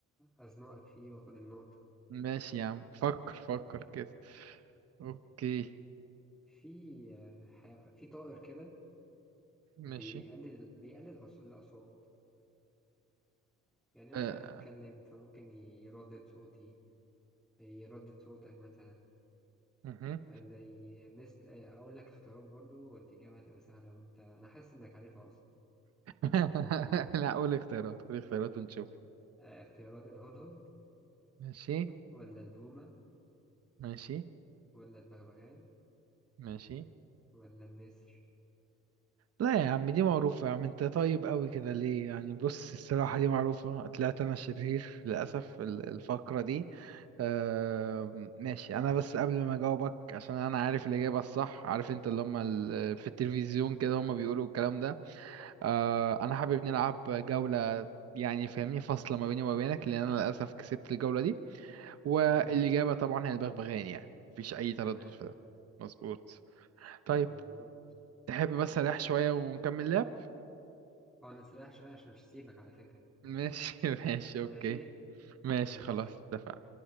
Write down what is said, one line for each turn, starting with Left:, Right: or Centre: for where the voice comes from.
Centre: ازنقك فيه واخد النقطه
Right: ماشي يا عم فكر فكر كده اوكي
Centre: في آه، ح- في طائر كده
Right: ماشي
Centre: بيقلل بيقلل أص- الأصوات يعني مثلا
Right: أه.
Centre: أتكلم فممكن يردد صوتي يردد صوتك مثلا
Right: مهم.
Centre: آه، زي مثل آه، أقول لك اختيارات برضو والإجابة هتبقى سهلة وأنت أنا حاسس إنك عارفها أصلا
Right: <laughs> لا قول اختيارات قول اختيارات ونشوف
Centre: آه، اختيارات الهدهد
Right: ماشي
Centre: ولا البومة
Right: ماشي
Centre: ولا البغبغان
Right: ماشي
Centre: ولا النسر
Right: لا يا عم دي معروفة يا عم انت طيب قوي كده ليه يعني بص الصراحة دي معروفة طلعت انا شرير للأسف ال- الفقرة دي آه ماشي انا بس قبل ما اجاوبك عشان انا عارف الإجابة الصح عارف انت اللي هم
Centre: مم.
Right: ال- في التلفزيون كده هم بيقولوا الكلام ده آه انا حابب نلعب جولة يعني فاهمني فاصلة ما بيني وما بينك لأن أنا للأسف كسبت الجولة دي والإجابة
Centre: مم.
Right: طبعا هي البغبغان يعني مفيش أي تردد
Centre: تمام
Right: في ده مظبوط طيب
Centre: مظبوط
Right: تحب بس أريح شوية ونكمل لعب
Centre: اه نسرح شوية عشان مش هسيبك على فكرة
Right: ماشي <laughs> ماشي اوكي
Centre: ماشي
Right: ماشي
Centre: ماشي
Right: خلاص اتفقنا